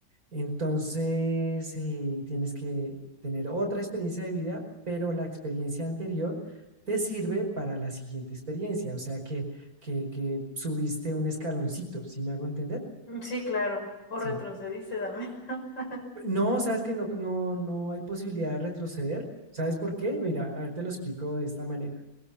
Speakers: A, on the right (about 50°); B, on the left (about 75°).
A: entonces eh, tienes que tener otra experiencia de vida, pero la experiencia anterior te sirve para la siguiente experiencia, o sea que, que, que subiste un escaloncito, ¿sí me hago entender?
B: Ujú. Sí, claro. O
A: Sí.
B: retrocediste también. <laughs>
A: No, sabes que no, no, no hay posibilidad de retroceder. ¿Sabes por qué? Mira, a ver, te lo explico de esta manera.